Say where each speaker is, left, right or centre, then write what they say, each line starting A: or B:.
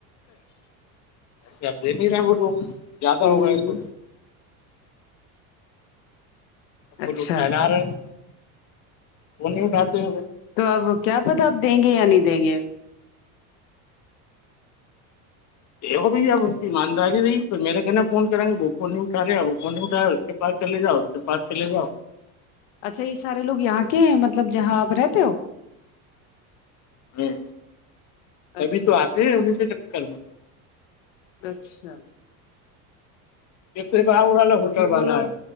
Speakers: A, on the left (about 40°); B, on the left (about 70°).
A: ایسے اپ دے نہیں رہے وہ لوگ زیادہ
B: ہوں
A: ہو گئے تو وہ
B: اچھا
A: لوگ ٹہلا رہے ہیں وہ نہیں اٹھاتے ہیں وہ
B: تو اب کیا پتا آپ دیں گے یا نہیں دیں گے
A: دیکھو بھائی اپ ان کی ایمانداری رہی تو میرے کہنے فون کر گے وہ ف کو نہیں اٹاے ا وہ کوون نہیں اٹھایا اس کے پارک چلے جؤ س پارک چلے جاؤ
B: اچھا یہ سارے لوگ یہاں کے ہیں مطلب جہاں آپ رہتے ہو
A: ہاں تبھی
B: اچھا
A: تو
B: اچھا
A: آتے ہیں انیں کے چکر میں
B: اچھا
A: تنے کہ والا ہوٹل
B: تو پھر
A: والا
B: وہ لوگ
A: ہے